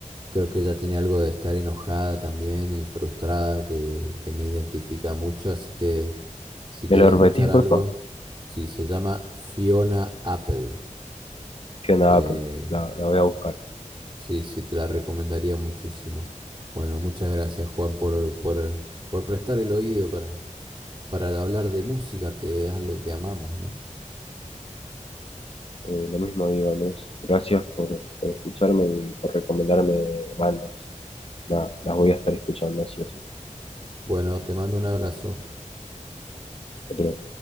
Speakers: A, on the right (about 30°); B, on the left (about 45°).
A: creo que ella tiene algo de estar enojada también y frustrada que, que me identifica mucho, así que si
B: ¿Me
A: querés
B: lo repetís,
A: escuchar
B: por
A: algo,
B: favor?
A: sí, se llama Fiona Apple.
B: Fiona
A: Eh,
B: Apple, la, la voy a buscar.
A: Sí, sí, te la recomendaría muchísimo. Bueno, muchas gracias, Juan, por, por, por prestar el oído para, para hablar de música, que es algo que amamos, ¿no?
B: Eh, lo mismo digo, Andrés. Gracias por, por escucharme y por recomendarme bandas. La- las voy a estar escuchando, así o sí.
A: Bueno, te mando un abrazo.
B: Otro